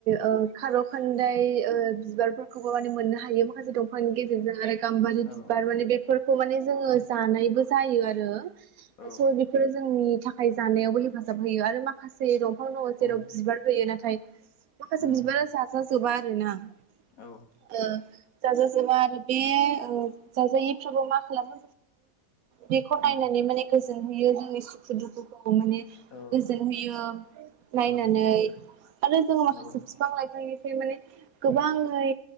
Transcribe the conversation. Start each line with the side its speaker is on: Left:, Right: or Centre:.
Right: ओ खार' खानदाय ओ बिबार खौबो माने मोननो हायो माखासे दं <unintelligible> गेजेरजों आरो गाम्बारि
Left: औ
Right: बिबार माने बेफोर खौ माने जोंङो जानायबो जायो आरो
Left: औ
Right: स' बेफोरो जोंनि थाखाय जानायावबो हेफाजाब होयो आरो माखासे <unintelligible> दंफां दंङ जेराव
Left: उम
Right: बिबार होयो नाथाय माखासे
Left: उम
Right: बिबारा जाजा जोबा। <unintelligible>
Left: औ
Right: ओ जाजाजोबा आरो बे उम जाजायै फ्राबो मा खालामो बेखौ
Left: उम
Right: माने <unintelligible> <unintelligible> माने गोजोनहोयो जोंनि सुखु दुखुखौ माने
Left: औ
Right: गोजोन होयो नायनानै
Left: औ
Right: आरो जोंङो माखासे
Left: औ
Right: बिफां लाइफांनि माने गोबांङै